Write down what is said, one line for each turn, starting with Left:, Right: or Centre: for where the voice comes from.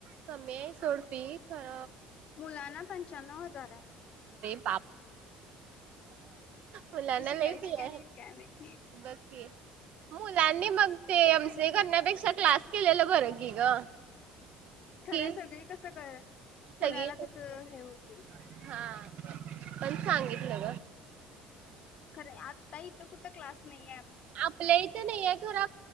Right: समे सोड ती खर
Left: मुलांना पंचाण्नव हजार आहे.
Right: ताप मुलांना
Left: त शिकायच
Right: लई फी
Left: काय
Right: आहे.
Left: नाहीत काय माहिती.
Right: बघ की मुलांनी मग ते एम सी करण्यापेक्षा क्लास- केलेला बर की ग.
Left: खरं
Right: कीच
Left: सगळी कसं कर.
Right: <unintelligible>
Left: पुण्याला कसं हे होतील
Right: सांगितलं ग.
Left: खरं आता इथं कुठं क्लास नाहीे.
Right: आपल्या इथे नाही खरं.